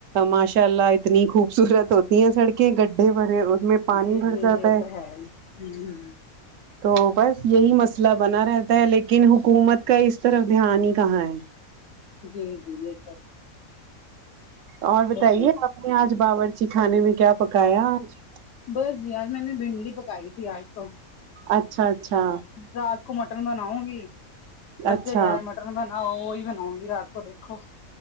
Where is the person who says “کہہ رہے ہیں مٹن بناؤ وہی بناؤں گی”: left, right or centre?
Left